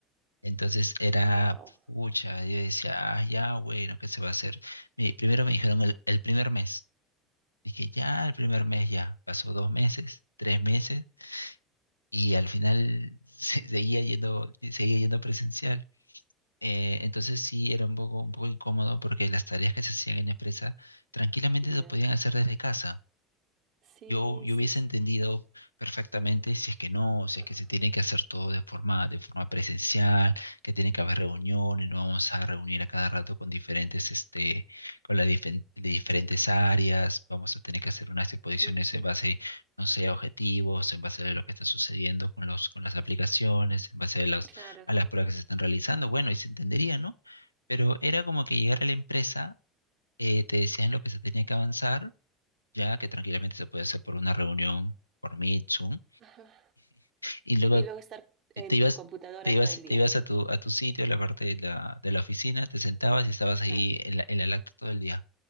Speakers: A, on the left (about 85°); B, on the right (about 45°).
A: Entonces era
B: wow.
A: pucha, yo decía, ah, ya, bueno, ¿qué se va a hacer? Me- primero me dijeron el, el primer mes. Dije, ya, el primer mes ya. Pasó dos meses, tres meses, y al final <laughs> se- seguía yendo, seguía yendo presencial. Eh, entonces sí era un poco, un poco incómodo porque las tareas que se hacían en la empresa tranquilamente
B: Ya.
A: se podían hacer desde casa.
B: Sí,
A: Yo, yo
B: sí,
A: hubiese
B: sí.
A: entendido perfectamente si es que no, si
B: Ajá.
A: es que se tiene que hacer todo de forma, de forma presencial, que tiene que haber reuniones, nos vamos a reunir a cada rato con diferentes, este, con las difen- de diferentes áreas, vamos a tener que hacer unas exposiciones
B: Ujú.
A: en base, no sé, a objetivos, en base a lo que está sucediendo con los, con las aplicaciones, en base a las,
B: Claro.
A: a las pruebas que se están realizando. Bueno, y se entendería, ¿no? Pero era como que llegar a la empresa, eh, te decían lo que se tenía que avanzar ya que tranquilamente se puede hacer por una reunión, por Meet, Zoom,
B: Ajá.
A: y luego
B: Y luego estar
A: te
B: en
A: te ibas,
B: tu computadora
A: te ibas,
B: todo el día.
A: te ibas a tu, a tu sitio, a la parte de la, de la oficina, te sentabas y estabas
B: Ajá.
A: ahí en la, en la lacta todo el día.